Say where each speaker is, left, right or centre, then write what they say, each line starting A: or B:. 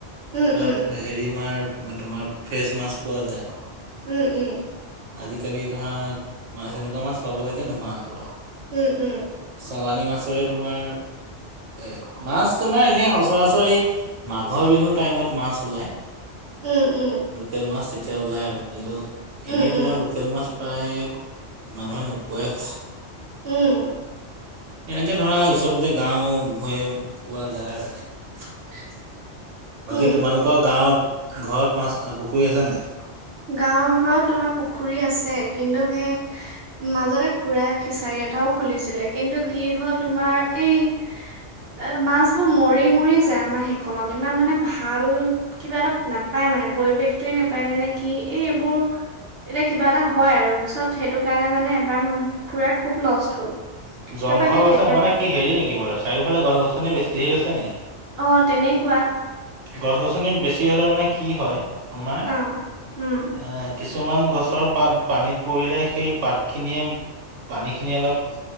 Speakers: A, on the right (about 65°); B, on the right (about 85°).
A: উম
B: ত,
A: উম
B: হেৰি মাৰ তোমাৰ ফ্ৰেছ মাছ পোৱা যায়।
A: উ'ম, উ'ম।
B: আজিকালি ধৰা মাছ এনেকুৱা মাছ পাবলৈকে নোহোৱা হ'ল আৰু
A: উ'ম, উ'ম।
B: চালানী মাছৰে তোমাৰ এ! মাছ তোমাৰ এনে সঁচৰাচৰি মাঘৰ বিহুৰ টাইমত মাছ ওলাই।
A: উম উম
B: লোকেল মাছ তেতিয়া ওলাই আৰু কিন্তু
A: উম
B: এনেই
A: উম
B: তোমাৰ লোকেল মাছ। প্ৰায়ে মানুহে নোপোৱাই হৈছে।
A: উ'ম।
B: এনেকে ধৰা ওচৰতে গাওঁ ভূয়ে পোৱা যায় আৰু বাকী
A: উম
B: তোমালোকৰ গাঁৱৰ ঘৰত মাছ পুখুৰী আছে নাই?
A: গাঁওৰ ঘৰত তোমাৰ পুখুৰী আছে। কিন্তু সেই মাজতে খুৰাই ফিচাৰী এটাও খুলিছিলে। কিন্তু কি হ'ল? তোমাৰ এই এ! মাছ বোৰ মৰি মৰি যায় আমাৰ মাহেকনত ইমান মানে ভাল কিবা এটা নাপায়। মানে পৰিৱেশটোৱে নেপায় ন নে কি? এই এইবোৰ এতিয়া কিবা এটা হয় আৰু চব সেইটো কাৰণে মানে এবাৰ খুৰাৰ খুব লষ্ট হ'ল।
B: জংঘল
A: তাৰপা সেই
B: আছে
A: তেতিয়াৰ
B: মানে
A: পৰা
B: কি হেৰি নেকি বাৰু চাৰিওফালে গছ গছনি বেছি হেৰি আছে নেকি?
A: অ', তেনেকুৱা।
B: গছ গছনি বেছি হলে মানে কি হয়, তোমাৰ
A: অ' উম
B: এ কিছুমান গছৰ পাত পানীত পৰিলে। সেই পাতখিনিয়ে পানীখিনি অলপ